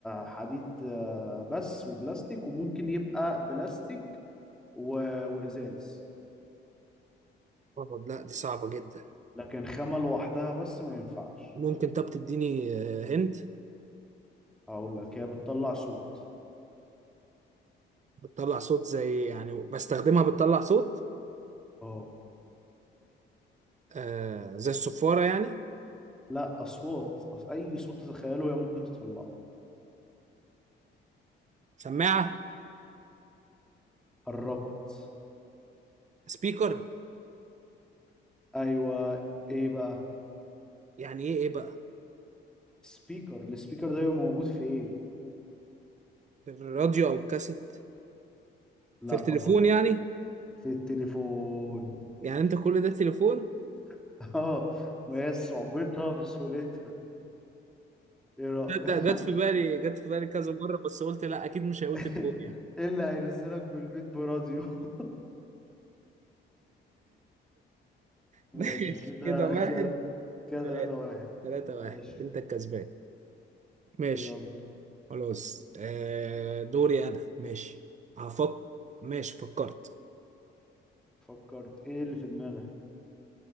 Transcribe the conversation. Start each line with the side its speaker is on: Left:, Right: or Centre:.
Centre: حديد آه، بس وبلاستيك وممكن يبقى بلاستيك و... وإزاز
Right: آه، لا دي صعبة جدا
Centre: لكن خامة لوحدها بس ما ينفعش
Right: ممكن طب تديني هند
Centre: هقول لك هي بتطلع صوت
Right: بتطلع صوت زي يعني بستخدمها بتطلع صوت
Centre: اه
Right: آه زي الصفارة يعني
Centre: لا اصوات أص... اي صوت تتخيله هي ممكن تطلعه
Right: سماعه
Centre: قربت
Right: سبيكر
Centre: ايوه ايه بقى
Right: يعني ايه ايه بقى
Centre: سبيكر السبيكر ده بيبقى موجود في ايه
Right: في الراديو أو الكاسيت
Centre: لا
Right: في التليفون
Centre: برضه
Right: يعني
Centre: في التليفون
Right: يعني انت كل ده تليفون <laughs>
Centre: <laughs> اه ما هي صعوبتها في سهولتها ايه رأيك
Right: تصدق جت في بالي جت في بالي كذا مرة بس قلت لا أكيد مش هيقول
Centre: <laughs>
Right: تليفون يعني
Centre: ايه اللي هينزلك بالبيت براديو <laughs> ماشي
Right: ماشي
Centre: كده
Right: <laughs> كده واحد
Centre: كده كده
Right: ثلاثة
Centre: 3 واحد
Right: ثلاثة
Centre: ماشي
Right: واحد انت الكسبان ماشي
Centre: يلا
Right: خلاص آه دوري انا ماشي هفك ماشي فكرت
Centre: فكرت ايه اللي في دماغك